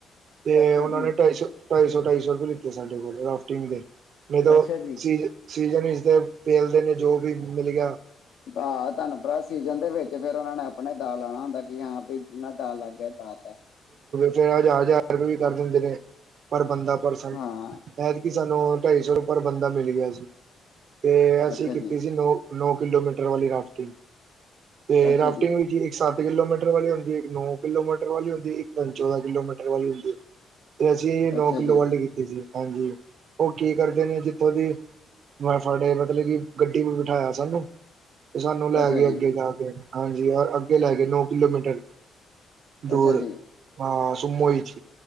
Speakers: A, on the right; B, on the left.
A: ਤੇ
B: ਅੱਛਾ
A: ਉਹਨਾਂ
B: ਜੀ
A: ਨੇ ਢਾਈ ਸੌ ਢਾਈ ਸੌ ਢਾਈ ਸੌ ਰੁਪਏ ਲਿੱਤੇ ਸਾਡੇ ਕੋਲੋ ਰਾਫਟਿੰਗ ਦੇ, ਨਹੀਂ ਤਾਂ ਉਹ
B: ਅੱਛਾ ਜੀ
A: ਸੀਜ਼ਨ, ਸੀਜ਼ਨ ਚ ਤਾਂ ਪੇਲਦੇ ਨੇ ਜੋ ਵੀ ਮਿਲ ਗਯਾ
B: ਆ ਧਨ ਭਰਾ ਸੀਜਨ ਦੇ ਵਿੱਚ ਫੇਰ ਉਹਨਾ ਨੇ ਆਪਣੇ ਦਾ ਲਾਣਾ ਹੁੰਦਾ ਹਾਂ ਪਯੀ ਜਿੰਨਾ ਦਾ ਲੱਗ ਗਿਆ ਲਾ ਤਾ
A: ਹ ਹਜ਼ਾਰ ਹਜ਼ਾਰ ਰੁਪਏ ਵੀ ਕਰ ਦਿੰਦੇ ਨੇ ਪਰ ਬੰਦਾ ਪਰਸਨ
B: ਹਾਂ
A: ਇਹ ਕਿ ਸਾਨੂੰ ਢਾਈ ਸੌ ਰੁਪਰ ਬੰਦਾ ਮਿਲ ਗਿਆ ਸੀ, ਤੇ ਅਸੀਂ
B: ਅੱਛਾ
A: ਕੀਤੀ
B: ਜੀ
A: ਸੀ ਨੋ ਨੋ ਰੀ ਕਿਲੋਮੀਟਰ ਵਾਲੀ ਰਾਫਟਿੰਗ, ਤੇ
B: ਅੱਛਾ
A: ਰਾਫਟਿੰਗ
B: ਜੀ
A: ਚ ਇੱਕ ਸੱਤ ਕਿਲੋਮੀਟਰ ਵਾਲੀ ਹੁੰਦੀ ਇੱਕ ਨੌ ਕਿਲੋਮੀਟਰ ਵਾਲੀ ਹੁੰਦੀ ਇੱਕ ਚੌਦਾਂ ਕਿਲੋਮੀਟਰ ਵਾਲੀ ਹੁੰਦੀ ਤੇ ਅਸੀਂ ਨੌ
B: ਅੱਛਾ
A: ਕਿੱਲੋ
B: ਜੀ
A: ਵਾਲੇ ਕੀਤੀ ਸੀ, ਹਾਂਜੀ ਉਹ ਕੀ ਕਰਦੇ ਨੇ ਜਿੱਥੋਂ ਦੀ ਮ ਫੜੇ ਮਤਲਬ ਕਿ ਗੱਡੀ ਵੀ ਬਿਠਾਇਆ ਸਾਨੂੰ ਤੇ ਸਾਨੂੰ ਲੈ
B: ਅੱਛਾ
A: ਕੇ ਅੱਗੇ
B: ਜੀ
A: ਜਾ ਕੇ, ਹਾਂਜੀ, ਰ ਅੱਗੇ ਲੈ ਗੇ, ਨੌ ਕਿਲੋਮੀਟਰ ਦੂਰ
B: ਅੱਛਾ ਜੀ।
A: ਹਾਂ ਸੁਮੋ ਇਚ